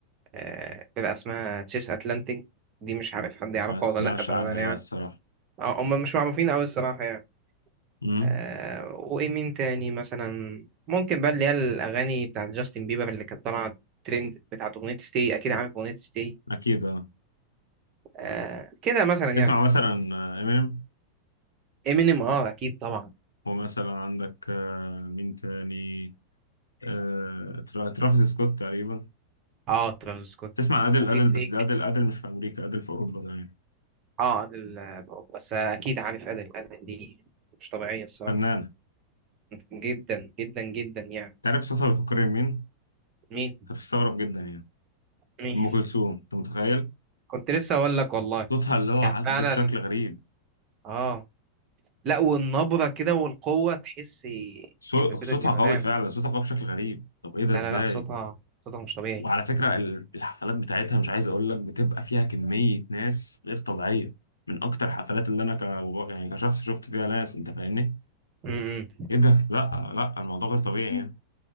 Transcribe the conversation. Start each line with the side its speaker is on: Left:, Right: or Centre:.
Right: آه، فرقة اسمها تشيس أتلانتيك دي مش عارف حد يعرفها
Left: ما اسمعش
Right: ولا لأ بأمانة
Left: عنها
Right: يعني
Left: لا الصراحه
Right: أه هم مش معروفين أوي الصراحة يعني
Left: امم
Right: أه وإيه مين تاني مثلا ممكن بقى اللي هي الأغاني بتاعت جاستن بيبر اللي كانت طالعة ترند بتاعت أغنية ستي أكيد عارف أغنية ستي
Left: اكيد اه
Right: آه كده مثلا يعني
Left: تسمع مثلا امينيم
Right: امينيم اه اكيد طبعا
Left: ومثلا عندك آه، مين تاني آه، ترا- ترافيس سكوت تقريبا
Right: اه ترافيس سكوت
Left: تسمع أدل
Right: وفي
Left: أدل
Right: دريك
Left: بس ده أدل أدل مش في أمريكا أدل في أوروبا تقريبا
Right: اه ادل بس اكيد عارف ادل ادل دي مش طبيعيه الصراحه
Left: فنانة
Right: جدا جدا جدا يعني
Left: تعرف صوتها بيفكرني بمين؟
Right: مين
Left: هتستغرب جدا يعني
Right: مين
Left: أم كلثوم أنت متخيل؟
Right: كنت لسه اقول لك والله
Left: صوتها اللي هو
Right: يعني
Left: عذب
Right: فعلا
Left: بشكل غريب
Right: اه لا والنبره كده والقوه تحس في
Left: صو-
Right: بيت
Left: صوتها
Right: الجمدان
Left: قوي فعلا صوتها قوي بشكل غريب طب إيه ده
Right: لا
Left: إزاي؟
Right: لا لا صوتها صوتها مش طبيعي
Left: وعلى فكرة ال- الحفلات بتاعتها مش عايز أقول لك بتبقى فيها كمية ناس غير طبيعية من أكتر الحفلات اللي أنا ك... يعني كشخص شفت فيها ناس أنت فاهمني؟
Right: امم
Left: ايه ده لا لا الموضوع غير طبيعي يعني